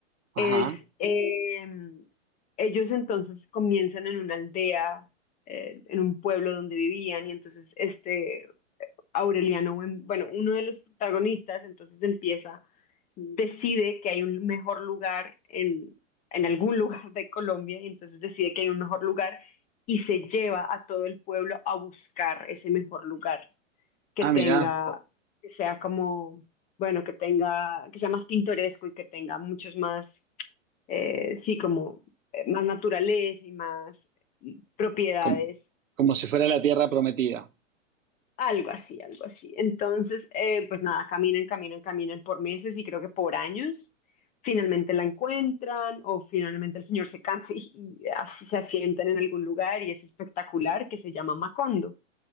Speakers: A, on the right; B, on the left.
A: Ajá.
B: es eh, ellos entonces comienzan en una aldea, eh, en un pueblo donde vivían y entonces este Aureliano, Buem- bueno, uno de los protagonistas, entonces empieza, decide que hay un mejor lugar en, en algún <laughs> lugar de Colombia, y entonces decide que hay un mejor lugar y se lleva a todo el pueblo a buscar ese mejor lugar que
A: Ah,
B: tenga,
A: mirá,
B: que sea como, bueno, que tenga, que sea más pintoresco y que tenga muchos más, eh, sí, como eh, más naturaleza y más mm, propiedades
A: como, como si fuera la tierra prometida.
B: Algo así, algo así. Entonces, eh, pues nada, caminan, caminan, caminan por meses y creo que por años. Finalmente la encuentran o finalmente el señor se cansa y, y así se asientan en algún lugar y es espectacular que se llama Macondo.